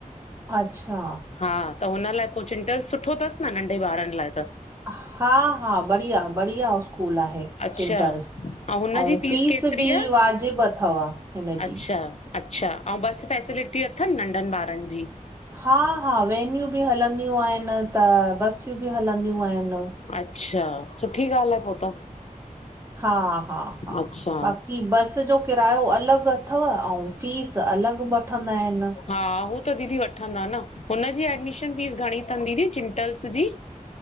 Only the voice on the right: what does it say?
अच्छा।
हा-हा, बढ़िया- बढ़िया स्कूल आहे
चिंटल्स।
अंउ
फ़िस
बि
वाज़िब अथव हिन जी।
हां-हां वेनयूं बि हलंदयूं आहेंन त बस यूं बि हलंदयूं आए न।
हा-हा-हा
बाक की बस जो किरायो अलग अथव अऊ फ़ीस अलग वठंदा आऐं न।